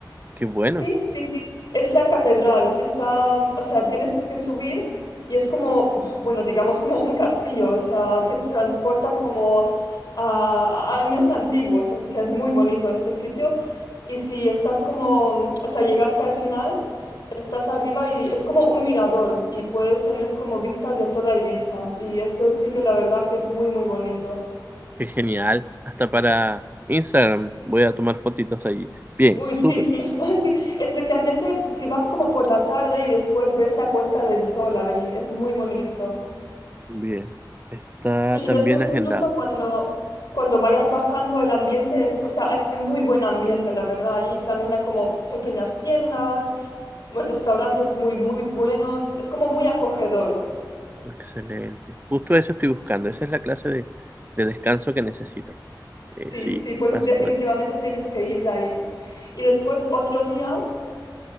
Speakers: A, on the right; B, on the left.
A: Qué bueno,
B: Sí, sí, sí. Es la catedral. Está, o sea, tienes que subir y es como, bueno, digamos como un castillo. O sea, te transporta como a, a años antiguos. O sea, es muy bonito este sitio. Y si estás como, o sea, llegaste al final, estás arriba y es como un mirador y puedes tener como vistas de toda Ibiza. Y esto sí que la verdad que es muy, muy bonito.
A: qué genial. Hasta para Instagram voy a tomar fotitos allí. Bien,
B: Uy,
A: súper.
B: sí, sí, <laughs> sí. Especialmente si vas como por la tarde y después ves la puesta del sol ahí, es muy bonito.
A: Bien. Está
B: Sí, y
A: también
B: después
A: agendado.
B: incluso cuando, cuando vayas bajando el ambiente es, o sea, hay muy buen ambiente, la verdad. Ahí también hay como pequeñas tiendas, restaurantes muy, muy buenos. Es como muy acogedor.
A: Excelente. Justo eso estoy buscando. Esa es la clase de, de descanso que necesito.
B: Sí,
A: Eh, sí,
B: sí, pues
A: vas,
B: definitivamente tienes que ir ahí. Y después otro día.